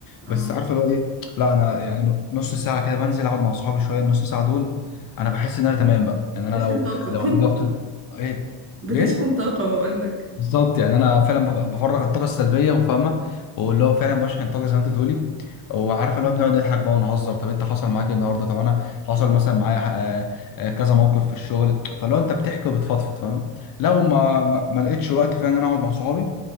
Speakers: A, on the left; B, on the right.
A: بس
B: اه
A: عارفه اللي هو ايه لا انا يعني نص ساعه كده بنزل اقعد مع اصحابي شويه النص ساعه دول انا بحس ان انا تمام بقى يعني انا
B: بتشحن
A: لو
B: طاقه
A: لو
B: <laughs>
A: في ضغط ايه
B: بتشحن
A: بيه
B: طاقه بقول لك
A: بالظبط يعني انا فعلا بف- بفرغ الطاقه السلبيه وفاهمه واللي هو فعلا بشحن طاقه زي ما انت بتقولي وعارف اللي هو بنقعد نضحك بقى ونهزر طب انت حصل معاك ايه النهارده طب انا حصل مثلا معايا آه، آه، كذا موقف في الشغل فلو انت بتحكي وبتفضفض فاهمه لو ما ما ما لقيتش وقت فعلا ان انا اقعد مع صحابي